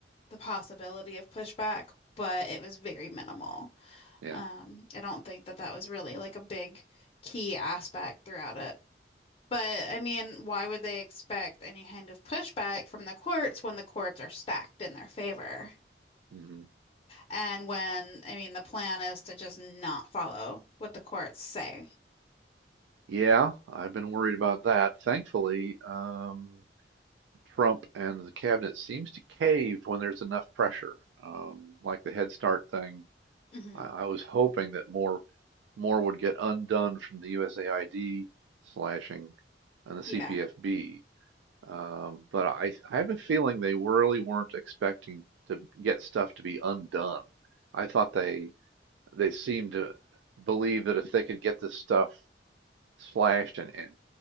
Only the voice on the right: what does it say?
yeah.
hmm
Yeah, I've been worried about that. Thankfully, um, Trump and the cabinet seems to cave when there's enough pressure, um, like the Head Start thing
I, I was hoping that more, more would get undone from the USAID slashing and the CPFB.
Um, but I, I have a feeling they really weren't expecting to get stuff to be undone. I thought they, they seemed to believe that if they could get this stuff slashed and, and